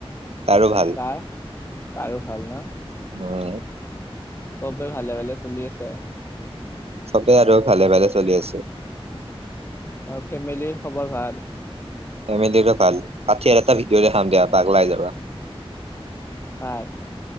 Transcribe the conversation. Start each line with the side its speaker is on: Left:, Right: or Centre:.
Right: তাৰো ভাল
Left: তাৰো ভাল ন
Right: উম
Left: চবেই ভালে ভালে চলি আছে।
Right: সবেই আৰু ভালে ভালে চলি আছে।
Left: ত ফেমিলিৰ খবৰ ভাল।
Right: ফেমিলিৰো ভাল পাঠি আৰু এটা ভিডিঅ' দেখাম দিয়া পলাই যাবা।
Left: হয়।